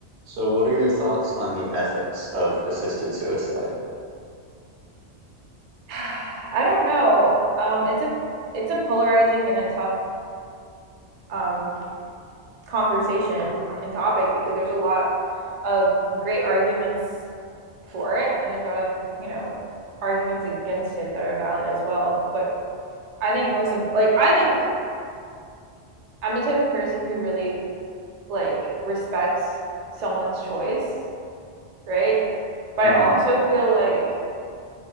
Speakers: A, on the right; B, on the right.
A: So, what are your thoughts on the ethics of assisted suicide?
B: <sighs> I don't know. Um, it's a it's a polarizing and a tough um, conversation and topic because there's a lot of great arguments for it, and there's a lot of you know arguments against it that are valid as well. But I think most like I think I'm the type of person who really like respects someone's choice, right? But
A: hmm
B: I also feel like